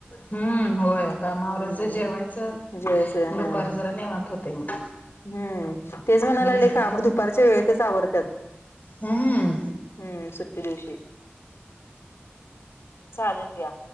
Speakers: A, on the left; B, on the left.
A: हम्म होय कामावर
B: हम्म
A: ज जेवायचं
B: जेवायचं
A: दुपार
B: हा
A: जरा नेवात होते मग
B: हम्म तेच म्हणायला
A: हम्म
B: लागले की आम दुपारच्या वेळेतच आवडतात
A: हमन
B: हम् सुट्ट दिवशीे चालेल घ्या